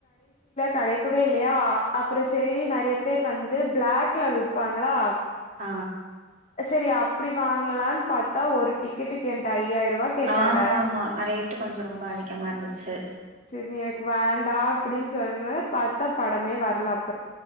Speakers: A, on the left (about 35°); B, on the right (about 35°).
A: கடைக்கவே இல்லையா அப்புறம் சரி நிறைய பேர் வந்து பிளாக்ல விப்பாங்களா
B: ஆ
A: சரி அப்படி வாங்கலான்னு பாத் தா ஒரு டிக்கெட்டுகு என்ட்ட ஐயாயிரம் ரூபா கேட்டாங்க
B: ஆமா ஆமா ரேட்டு கொஞ்சோ ரொம்ப அதிகமா இருந்துச்சு
A: சரி எனக்கு வேண்டா அப்படின்னு சொல்வேன் பார்த்தா படமே வரலம்